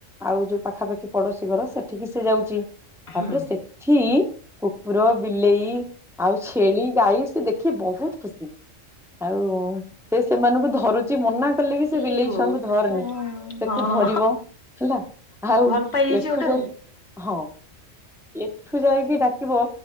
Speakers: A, in the centre; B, on the left (about 55°).
A: ଆଉ ଯୋଉ ପାଖାପାଖି ପଡୋଶୀ ଘର ସେଠିକି ସେ ଯାଉଛି ତାପରେ
B: ହୁଁ
A: ସେଠି କୁକୁର ବିଲେଇ ଆଉ ଛେଳି ଗାଈ ସେ ଦେଖି ବହୁତ ଖୁସି। ଆଉ ସେ ସେମାନଙ୍କୁ ଧରୁ ଛି ମନା କଲେ ବି ସେ
B: ଏ
A: ବିଲେଇ
B: ବୋଉ
A: ଛୁଆଙ୍କୁ ଧରନି
B: ହଁ
A: ତାକୁ
B: ହଁ
A: ଧରିବ ହେଲା ଆଉ
B: ଭଲ ପାଇଯାଇଛି
A: ଏଠୁ
B: ଗୋଟେ
A: ଯାଇ
B: ଆଉ
A: ହଁ ଏଠୁ ଯାଇକି ଡାକିବ